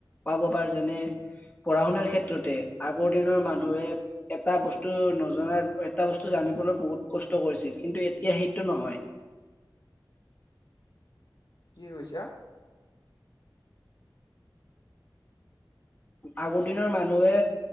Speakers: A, on the left; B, on the left.
A: পাব পাৰো যেনে পঢ়া শুনাৰ ক্ষেত্ৰতে আগৰ দিনৰ <inaudible>
B: উম,
A: এটা বস্তু নজনা, এটা বস্তু জানিবলৈ বহুত কষ্ট কৰিছিল কিন্তু এতিয়া সেইটো নহয়।
B: কি কৈছা?
A: আগৰ দিনৰ মানুহে